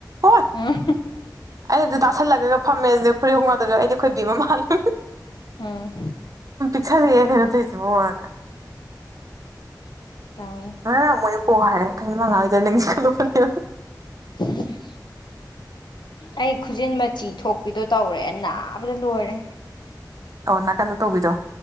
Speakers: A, on the right (about 50°); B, on the left (about 80°).
A: ꯍꯣꯏ
B: ꯎꯝ
A: ꯑꯩ ꯑꯃꯇ ꯇꯥꯁꯜꯂꯒꯒ ꯐꯝꯃꯦ ꯑꯗꯨꯅꯦ ꯐꯨꯔꯤꯠ ꯑꯍꯨꯝꯈꯛꯇꯨꯁꯨ ꯑꯩꯗꯤ ꯈꯣꯏ ꯕꯤꯝꯃꯥ ꯃꯥꯜ <unintelligible> ꯍꯥꯍꯥ
B: ꯑꯝ
A: <unintelligible> ꯀꯩꯅꯣ ꯇꯧꯏꯁꯤꯕꯣꯅ
B: ꯇꯧꯅꯤ
A: ꯃꯔꯝ ꯌꯥꯝꯅ ꯃꯣꯛꯏ ꯀꯣ ꯍꯥꯏꯔꯦ ꯀꯩꯅꯣ ꯃꯅꯥ ꯉꯥꯡꯏꯁꯦ ꯈꯜꯂꯨꯕꯅꯦꯕ ꯍꯥꯍꯥ
B: <unintelligible> ꯑꯩ ꯈꯨꯖꯤꯟ ꯃꯆꯤ ꯊꯣꯛꯄꯤꯗꯣ ꯇꯧꯔꯦ ꯅꯥꯕꯅ ꯂꯣꯏꯔꯦ
A: ꯑꯣ ꯅꯥꯀꯟꯗ ꯇꯧꯕꯤꯗꯣ